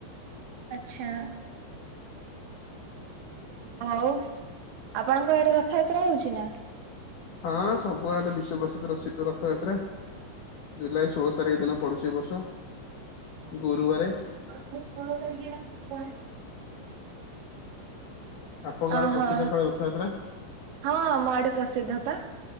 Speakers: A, on the right; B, on the left.
A: ଆଚ୍ଛା। ହଉ ଆପଣଙ୍କ ଆଡେ ରଥଯାତ୍ରା ହଉଛି ନା।
B: ହଁ ସବୁଆଟେ ବିଶ୍ଵପ୍ରସିଦ୍ଧ ରଥଯାତ୍ରା। ଜୁଲାଇ ଷୋହଳ ତାରିଖ ଦିନ ପଡୁଛି ଏ ବର୍ଷ ଗୁରୁବାର।
A: ମୁଁ ଷୋଳ ତାରିକରେ ୟାଙ୍କୁ କହିବି।
B: ଆପଣଙ୍କ ଆଡ଼େ
A: ଓହୋ
B: ପ୍ରସିଦ୍ଧ କାଳେ ରଥଯାତ୍ରା।
A: ହଁ ଆମ ଆଡେ ପ୍ରସିଦ୍ଧ ପା